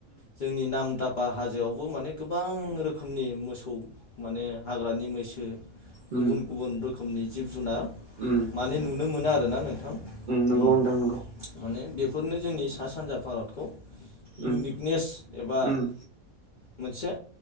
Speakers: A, on the left; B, on the right.
A: जोंनि नाम दाब बा हाजोआवबो माने गोबां रोखोमनि मोसौ माने हाग्रानि मैसो
B: उम
A: गुबुन गुबुन रोखोमनि जिब जुनार
B: उम
A: माने नुनो मोनो आरोना नोंथां माने
B: नंगौ
A: उम
B: नोंथां नंगौ
A: माने बेफोरनो जोंनि सा सानजा भारतखौ
B: उम
A: इउनिकनेस एबा
B: उम
A: मोनसे